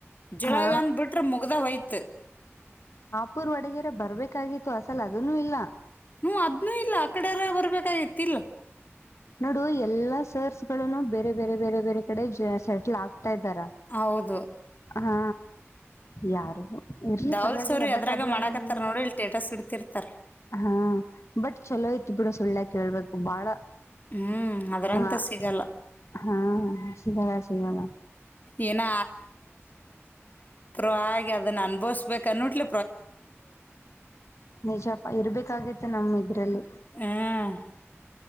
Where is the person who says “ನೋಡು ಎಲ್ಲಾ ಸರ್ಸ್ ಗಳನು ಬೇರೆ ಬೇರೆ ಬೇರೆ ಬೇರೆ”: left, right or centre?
Left